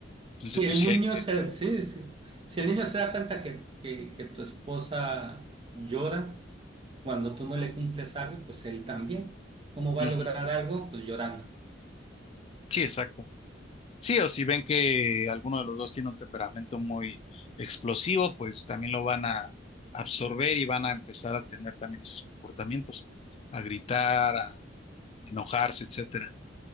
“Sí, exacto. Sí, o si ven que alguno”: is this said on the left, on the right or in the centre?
Left